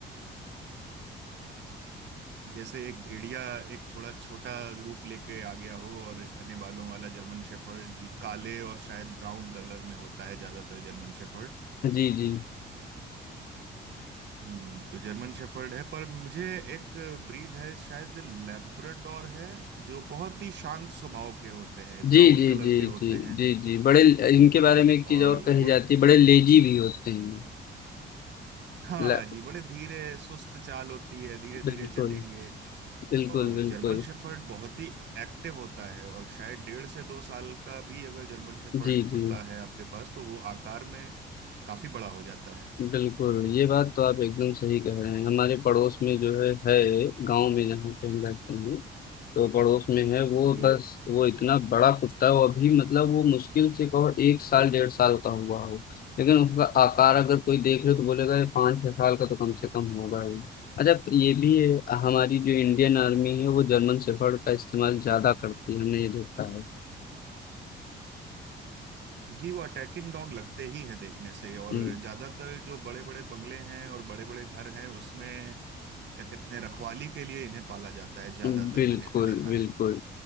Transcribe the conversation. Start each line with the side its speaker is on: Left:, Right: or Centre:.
Right: जैसे एक भेड़िया एक थोड़ा छोटा रूप लेके आ गया हो और घने बालों वाला जर्मन शेफर्ड जी काले और शायद ब्राउन कलर में होता है ज्यादातर जर्मन शेफर्ड
Left: जी जी
Right: हम्म तो जर्मन शेफर्ड है पर मुझे एक ब्रीड है शायद लैब्राडोर है जो बहुत ही शांत स्वभाव के होते हैं ब्राउन
Left: जी जी
Right: कलर
Left: जी
Right: के होते
Left: जी
Right: हैं
Left: जी जी बड़े इनके बारे में एक
Right: और,
Left: चीज और कही
Right: और
Left: जाती है बड़े लेजी भी होते हैं
Right: हाँ
Left: ल,
Right: जी बड़े धीरे सुस्त चाल होती है धीरे धीरे
Left: बिल्कुल
Right: चलेंगे
Left: बिल्कुल
Right: और
Left: बिल्कुल
Right: जर्मन शेफर्ड बहुत ही एक्टिव होता है और शायद डेढ़ से दो साल का भी अगर जर्मन शेफर्ड
Left: जी जी
Right: कुत्ता है आपके पास तो वो आकार में काफी बड़ा हो जाता है
Left: बिल्कुल ये बात तो आप एकदम सही कह रहे हैं हमारे पड़ोस में जो है है गांव में जहाँ पे हम रहते हैं तो पड़ोस में है वो
Right: जी
Left: बस वो इतना बड़ा कुत्ता है वो अभी मतलब वो मुश्किल से कहो एक साल डेढ़ साल का हुआ हो लेकिन उसका आकार अगर कोई देख ले तो बोलेगा ये पाँच छह साल का तो कम से कम होगा ही अच्छा ये भी है हमारी जो इंडियन आर्मी है वो जर्मन शेफर्ड का इस्तेमाल ज्यादा करती है हमने ये देखा है
Right: जी वो अटैकिंग डॉग लगते ही हैं देखने से और
Left: हम्म,
Right: ज्यादातर जो बड़े बड़े बंगले हैं और बड़े बड़े घर हैं उसमें क्या कहते हैं रखवाली के लिए इन्हें पाला जाता है ज्यादातर
Left: हम्म, बिल्कुल
Right: मैंने देखा
Left: बिल्कुल
Right: है